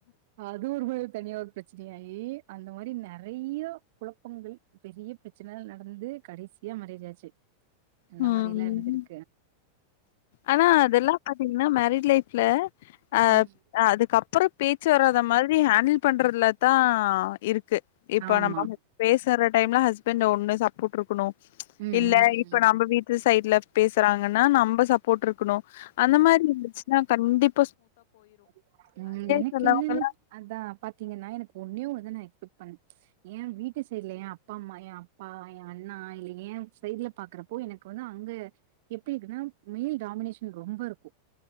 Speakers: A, on the right; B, on the left.
A: அது ஒரு <unintelligible> தனியா பிரச்சனையாயி அந்த மாரி நெறைய குழப்பங்கள் பெரிய பிரச்சனைல்லா நடந்து கடைசியா மேரேஜ் ஆச்சு அந்த
B: ம்
A: மாரி எல்லா இருந்திருக்
B: ஆனா அதெல்லா பாத்தீங்னா மேரேஜ் லைஃப்ல ஆ
A: ம்
B: அ அதுக்கப் ப்புறோ பேச்சு வராத மாதிரி ஹேண்டில் பண்றதுலதா இருக்கு இப்ப
A: ஆமா
B: நம்ம பேசுற டைம்ல ஹஸ்பண்ட் ஒண்ணு சப்போர்ட் இருக்கணு
A: உம்-உம்
B: இல்ல இப்ப நம்ம வீட்டு சைட்ல பேசுறாங்கன்னா நம்ப சப்போர்ட் இருக்கணு அந்த மாரி இருந்துச்சுன்னா கண்டிப்
A: <inaudible> உம் எனக்கு
B: சிலவங்கல்லா
A: என்னன்னு அதா பாத்தீங்கன்னா எனக் ஒண்ணே வந்து நான் எக்ஸ்பெக்ட் பண் ஏன் வீட்டு சைட்ல ஏன் அப்பா அம்மா ஏன் அப்பா ஏன் அண்ணா இல்ல ஏன் சைட்ல பாக்குறப்போ எனக்கு வந்து அங்க எப்டி இருக்குன்னா மேல் டாமினேஷன் ரொம்ப இருக்கும்